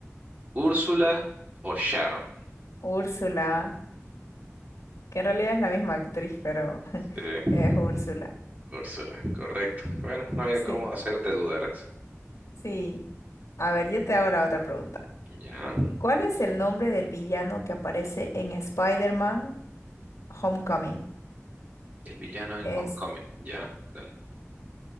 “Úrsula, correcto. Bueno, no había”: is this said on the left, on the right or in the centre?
Right